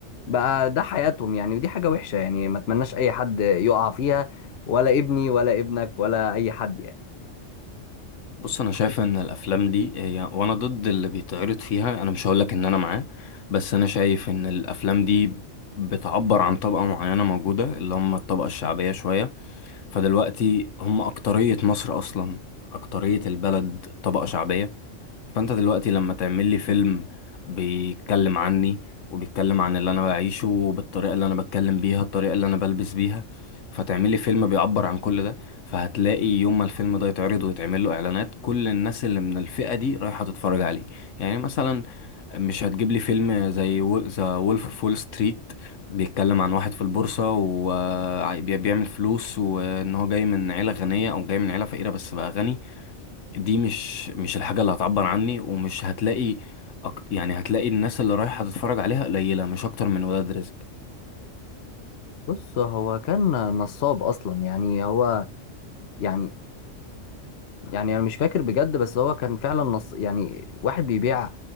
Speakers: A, on the left; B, on the left.
A: بقى ده حياتهم يعني ودي حاجة وحشة يعني ما اتمناش اي حد يقع فيها ولا ابني ولا ابنك ولا اي حد يعني
B: بص انا شايف ان الافلام دي هي وانا ضد اللي بيتعرض فيها انا مش هقولك ان انا معاه بس انا شايف ان الافلام دي بتعبر عن طبقة معينة موجودة اللي هم الطبقة الشعبية شوية فدلوقتي هم أكترية مصر أصلا أكترية البلد طبقة شعبية فانت دلوقتي لما تعمل لي فيلم بيتكلم عني وبيتكلم عن اللي انا بعيشه بالطريقه اللي انا بتكلم بيها الطريقه اللي انا بلبس بيها فتعمل لي فيلم بيعبر عن كل ده فهتلاقي يوم ما الفيلم ده يتعرض ويتعمل له اعلانات كل الناس اللي من الفئه دي رايحه تتفرج عليه يعني مثلا مش هتجيب لي فيلم زي ذا وولف اوف وول ستريت بيتكلم عن واحد في البورصة وبيعمل فلوس وإن هو جاي من عيلة غنية أو جاي من عيلة فقيرة بس بقى غني دي مش مش الحاجة اللي هتعبر عني ومش هتلاقي أكت... يعني هتلاقي الناس اللي رايحة تتفرج عليها قليلة مش أكتر من ولاد رزق
A: بص هو كان نصاب اصلا يعني هو يعني يعني انا مش فاكر بجد بس هو كان فعلا نص يعني واحد بيبيع